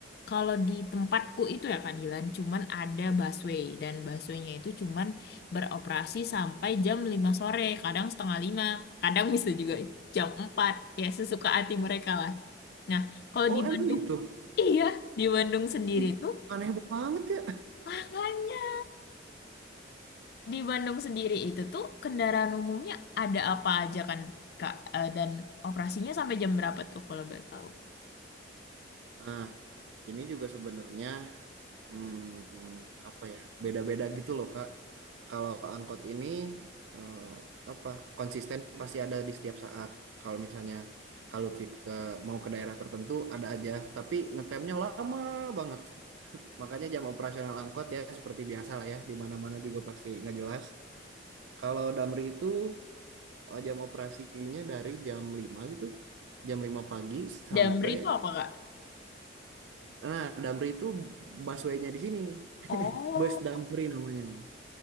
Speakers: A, on the left; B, on the right.
A: kalau di tempatku itu ya Kak Dilan, cuman ada busway dan busway-nya itu cuman beroperasi sampai jam 5 sore, kadang setengah lima, kadang bisa juga jam 4, ya sesuka hati mereka lah. Nah, kalau
B: Oh,
A: di
B: emang
A: Bandung,
B: gitu?
A: iya di Bandung sendiri
B: Ih,
A: tuh,
B: aneh banget ya.
A: makanya Di Bandung sendiri itu tuh kendaraan umumnya ada apa aja kan, Kak? Eh, dan operasinya sampai jam berapa tuh kalau boleh tahu?
B: Nah, ini juga sebenarnya hmm, apa ya? Beda-beda gitu loh, Kak. Kalau angkot ini eh, apa? Konsisten pasti ada di setiap saat. Kalau misalnya kalau Lutfi ke- mau ke daerah tertentu ada aja, tapi ngetemnya lama banget. <laughs> Makanya jam operasional angkot ya seperti biasa lah ya, di mana-mana juga pasti nggak jelas. Kalau Damri itu oh, jam operasinya dari jam 5 gitu. Jam 5 pagi sampai
A: Damri itu apa, Kak?
B: nah Damri itu busway-nya di sini.
A: Oh,
B: Bus Damri namanya.